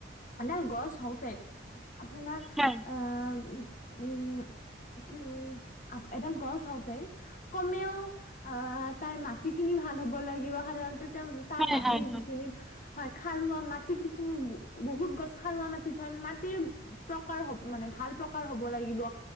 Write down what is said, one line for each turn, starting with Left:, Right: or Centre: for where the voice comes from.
Left: মানে গছ হওঁতে, আপোনাৰ
Centre: হয়
Left: আহ উম, কি উম এদাল গছ হওতে কমেও, আহ তাৰ মাটি খিনি ভাল হ'ব লাগ কিবা সাধাৰণতে তেওঁ, তাৰ
Centre: হয়
Left: মাটি
Centre: হয় হয়
Left: যিখিনি হয়, খাৰুৱা মাটি কিছু বহুত গছ খাৰুৱা মাটিত হয় মাটিৰ প্ৰকাৰ হ'ব মানে ভাল প্ৰকাৰ হব লাগিব,